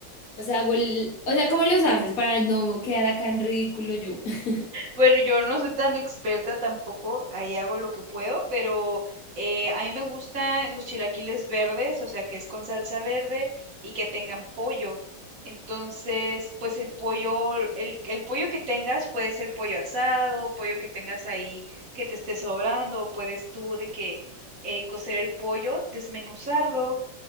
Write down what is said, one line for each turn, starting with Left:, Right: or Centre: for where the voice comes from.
Left: o sea, hago el, o sea, ¿cómo los haces para no quedar acá en ridículo yo? <laughs>
Right: Bueno, yo no soy tan experta tampoco, ahí hago lo que puedo, pero eh, a mí me gustan los chilaquiles verdes, o sea, que es con salsa verde y que tengan pollo. Entonces, pues el pollo, el, el pollo que tengas puede ser pollo asado, pollo que tengas ahí que te esté sobrando, o puedes tú de que eh, cocer el pollo, desmenuzarlo